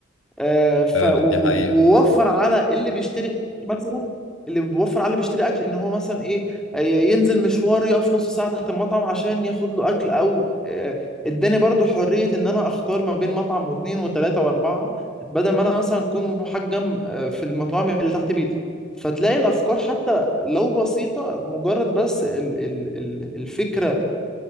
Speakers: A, in the centre; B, on the left.
A: آه، ف
B: فعلا
A: و-
B: دي حقيقة
A: ووفر على اللي بيشتري أكل مثلا اللي بيوفر على اللي بيشتري اكل ان هو مثلا ايه آه، ي- ينزل مشوار يقف نص ساعه تحت المطعم عشان ياخد له اكل او آه، اداني برضو حريه ان انا اختار ما بين مطعم واثنين وثلاثه واربعه بدل ما انا مثلا اكون محجم آه، في المطاعم اللي تحت بيتي فتلاقي الافكار حتى لو بسيطه مجرد بس ال ال ال الفكره